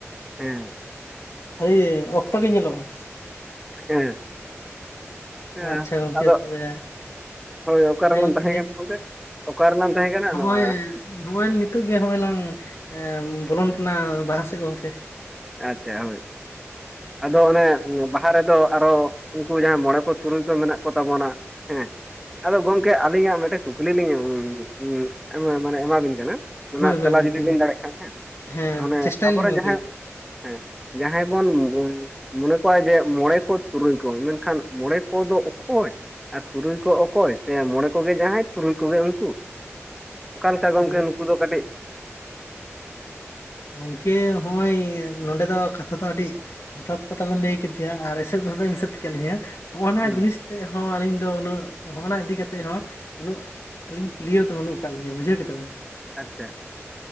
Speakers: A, in the centre; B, on the left.
A: ᱦᱮᱸ᱾
B: <unintelligible> ᱚᱠᱛᱚ ᱜᱮ ᱧᱮᱞᱚᱜᱼᱟ᱾
A: ᱦᱮᱸ᱾ ᱦᱮᱸ
B: ᱟᱪᱪᱷᱟ ᱜᱚᱝᱠᱮ
A: ᱟᱫᱚ
B: ᱛᱚᱵᱮ
A: ᱦᱳᱭ ᱚᱠᱟ ᱨᱮᱵᱚᱱ
B: ᱦᱮᱸ ᱜᱚᱝᱠᱮ
A: ᱛᱟᱦᱮᱸ ᱠᱟᱱ ᱜᱚᱝᱠᱮ? ᱚᱠᱟ ᱨᱮᱞᱟᱝ ᱛᱟᱦᱮᱸ ᱠᱟᱱᱟ <unintelligible>
B: ᱮᱸ ᱱᱚᱜᱼᱚᱭ ᱱᱤᱛᱚᱜ ᱜᱮ ᱦᱚᱜᱼᱚᱭ ᱞᱟᱝ ᱮᱸ ᱵᱚᱞᱚᱱ ᱠᱟᱱᱟ ᱵᱟᱦᱟ ᱥᱮᱜ ᱜᱚᱝᱠᱮ᱾
A: ᱟᱪᱪᱷᱟ ᱦᱳᱭ, ᱟᱫᱚ ᱚᱱᱮ ᱵᱟ ᱦᱟ ᱨᱮᱫᱚ ᱟᱨᱚ ᱩᱝᱠᱩ ᱡᱟᱦᱟᱸᱭ ᱢᱚᱬᱮ ᱠᱚ ᱛᱩᱨᱩᱭ ᱠᱚ ᱢᱮᱱᱟᱜ ᱠᱚ ᱛᱟᱵᱚᱱᱟ ᱦᱮᱸ᱾ ᱟᱫᱚ ᱜᱚᱝᱠᱮ ᱟᱹᱞᱤᱧᱟᱜ ᱢᱮᱴᱮ ᱠᱩᱠᱞᱤ ᱞᱤᱧ <unintelligible> ᱢᱟᱱᱮ ᱮᱢᱟᱵᱤᱱ ᱠᱟᱱᱟ᱾ ᱚᱱᱟᱜ
B: ᱦᱳᱭ ᱦᱳᱭ
A: ᱛᱮᱞᱟ
B: ᱜᱚᱝᱠᱮ
A: ᱡᱩᱫᱤ ᱵᱮᱱ
B: ᱢᱟ
A: ᱫᱟᱲᱮᱜ ᱠᱷᱟᱱ ᱦᱮᱸ᱾
B: ᱦᱮᱸ
A: ᱦᱟᱱᱮ
B: ᱪᱮᱥᱴᱟᱭᱟᱞᱤᱧ
A: ᱟᱵᱚᱨᱮᱱ
B: ᱜᱚᱝᱠᱮ
A: ᱡᱟᱦᱟᱸᱭ ᱦᱮᱸ ᱡᱟᱦᱟᱸᱭ ᱵᱚᱱ ᱜᱚᱝ ᱢᱚᱱᱮ ᱠᱚᱭᱟᱜ ᱡᱮ ᱢᱚᱬᱮ ᱠᱚ ᱛᱩᱨᱩᱭ ᱠᱚ ᱢᱮᱱᱠᱷᱟᱱ ᱢᱚᱬᱮ ᱠᱚᱫᱚ ᱚᱠᱚᱭ? ᱟ ᱛᱩᱨᱩᱭ ᱠᱚ ᱚᱠᱚᱭ ᱥᱮ, ᱢᱚᱲᱮ ᱠᱚᱜᱮ ᱡᱟᱦᱟᱸᱭ ᱛᱩᱨᱩᱭ ᱠᱩᱜᱮ ᱩᱱᱠᱩ᱾ ᱚᱠᱟ ᱞᱮᱠᱟ ᱜᱚᱝᱠᱮ
B: ᱦᱮᱸ
A: ᱱᱩᱠᱩ ᱫᱚ ᱠᱟᱹᱴᱤᱡ
B: ᱜᱚᱝᱠᱮ ᱦᱚᱸᱼᱚᱭ ᱱᱚᱰᱮ ᱫᱚ ᱠᱟᱛᱷᱟ ᱫᱚ ᱟᱹᱰᱤ ᱡᱚᱛᱷᱟᱛ ᱠᱟᱛᱷᱟ ᱵᱮᱱ ᱞᱟᱹᱭ ᱠᱮᱫᱮᱭᱟ ᱟᱨ ᱮᱥᱮᱫ ᱦᱚᱸ ᱵᱮᱱ ᱮᱥᱮᱫ ᱠᱮᱫ ᱞᱤᱧᱟᱹ ᱦᱚᱜᱼᱚᱱᱟ
A: ᱦᱮᱸ
B: ᱡᱤᱱᱤᱥ ᱛᱮᱜ ᱦᱚᱸ ᱟᱹᱞᱤᱧ ᱫᱚ ᱩᱱᱟᱹᱜ ᱦᱚᱜᱼᱚᱱᱟ ᱤᱫᱤ ᱠᱟᱛᱮᱡ ᱦᱚᱸ ᱩᱱᱟᱹᱜ ᱟᱹᱞᱤᱧ ᱠᱞᱤᱭᱟᱹᱨ ᱫᱚ ᱵᱟᱹᱱᱩᱜ ᱠᱟᱜ ᱞᱤᱧᱟᱹ ᱵᱩᱡᱷᱟᱹᱣ ᱠᱮᱫᱟ ᱵᱮᱱ᱾
A: ᱟᱪᱪᱷᱟ,